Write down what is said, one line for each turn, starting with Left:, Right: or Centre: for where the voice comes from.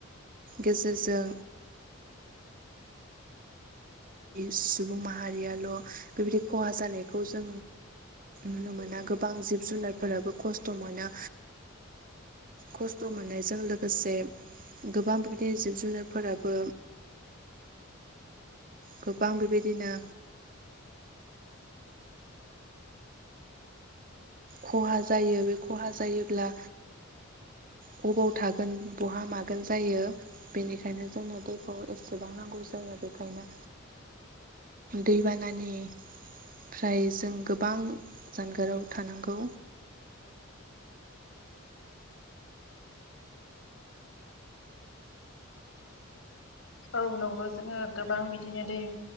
Right: गेजेरजों सुबुं माहारियाल' बेबायदि खहा जानायखौ जों नुनो मोना गोबां जिब जुनारफोराबो खस्थ' मोनो खस्थ' मोननायजों लोगोसे। गोबां बिबायदिनो जिब जुनारफोराबो गोबां बेबायदिनो। खहा जायो बे खहा जायोब्ला बबाव थागोन बहा मागोन जायो बेनिखायनो जोंनो दैखौ एसेबां नांगौ जायो। जोङो बेखायनो दैबानानि फ्राय जों गोबां जानगाराव थानांगौ।
Left: औ नंगौ जोङो गोबां बिदिनो दै